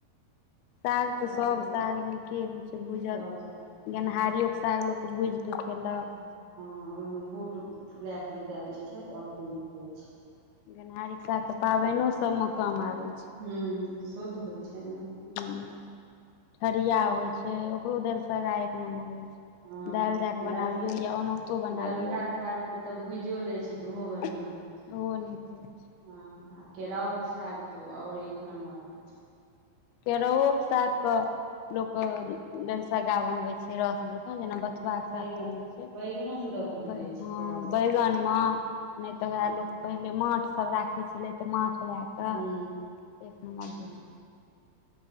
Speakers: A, on the left; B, on the right.
A: साग
B: सागो
A: तऽ सब साग निके होय छै भूजल
B: सब साग बढ़िआँ
A: गेनहारियो
B: रहै छै
A: साग लोक भुजिके खेलक
B: हँ ओहिमे बूट फुला कऽ जे दए दै छै तऽ और नीक होइ छै
A: गेनहारी साग त पाबनो सब में काम आबे छै
B: हूँ शुद्ध होइ छै ने
A: हुँ ठरिया होइ छै ओकरो दाइल सगा एक नम्बर होइ छै
B: हँ
A: दाल दए कऽ बनाबियौ
B: लल
A: या ओनाहितो बनाबियौ
B: ललका
A: ओहो
B: सागके तऽ भुजियो लै छै तऽ बढ़िआँ होइ छै
A: निक होै छै
B: हँ आ केराउके साग तऽ और एक नम्बर होइ छै
A: केराओ के साग के लोक दलसगा बनवे छै केराओ के जेना बथुआ
B: हँ
A: के
B: बैगन
A: साग बनबै छै
B: बैगनोमे दऽ कऽ भुजै
A: हँ
B: छै केराउ सागके
A: बैगनम नहि तऽ
B: हँ
A: उ है लोक पहिले माठसभ राखै छलै तऽ माठदए के
B: हूँ
A: एक नम्बर
B: हँ
A: होइ छै